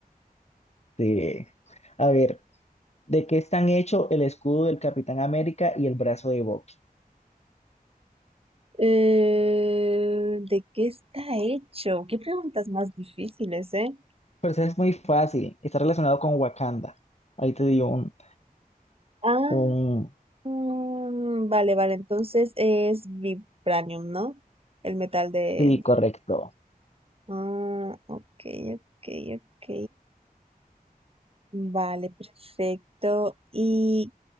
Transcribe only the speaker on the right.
Eh, ¿de qué está hecho? ¿Qué preguntas más difíciles, eh?
Ah,
Mm, vale, vale, entonces es vibranium, ¿no? El metal de...
Ah, ok, ok, ok. Vale, perfecto. ¿Y